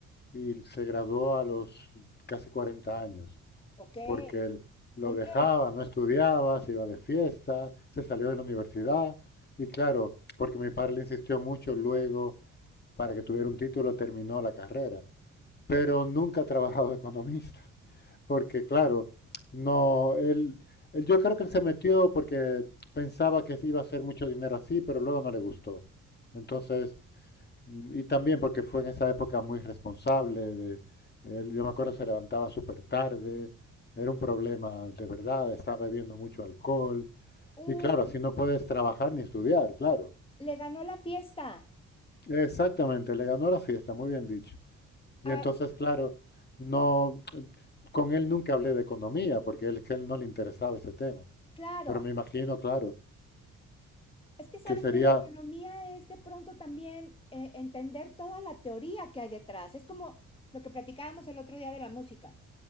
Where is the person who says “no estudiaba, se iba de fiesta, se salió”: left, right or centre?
Left